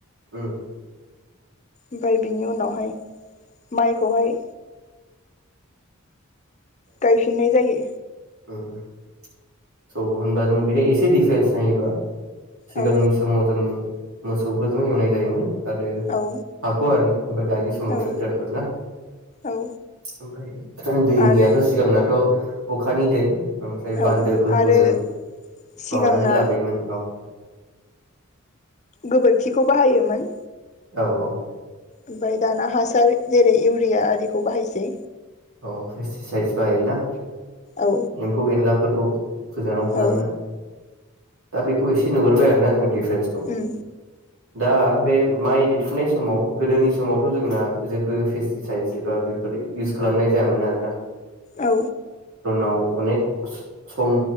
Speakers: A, on the right; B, on the left.
A: ओम।
B: ओमफाय बिनि उनावहाय माइखौहाय गायफिननाय जायो।
A: उम उम स होनबा जों बे एसे दिेपारेन्स नायोबा सिगांनि
B: औ
A: समाव जों मोसौफोरजों एवनाय जायोमोन आरो
B: औ
A: हाखौ आरोना ओमफ्राय दानि समाव
B: औ
A: ट्रेक्टरफोर ना
B: औ
A: ओमफ्राय दैनिया
B: आरो
A: दाथ अखानि दै ओमफ्राय बान्दोफोरखौ
B: औ आरो
A: जों
B: सिगांना
A: माबानानै लाबोयोमोन अ ।
B: गोबोरखिखौ बाहायोमोन।
A: औ औ।
B: ओमफ्राय दाना हासार जेरै- इउरिया आरिखौ बाहायसै।
A: औ पेस्टिसाइडस बाहायोना?
B: औ
A: एम्फौ एनलाफोरखौ गोजानाव खालामनो
B: औ
A: दा बेखौ एसे नुगुरबाय आरोना जों। दिपारेन्सखौ।
B: उम
A: दा बे माइ देरफुनाय समाव गोदोनि समावथ जोंना जेबो फेस्टिसाइदस एबा बेफोर इउस खालामनाय जायामोन आरोना।
B: औ
A: औ अनेक सम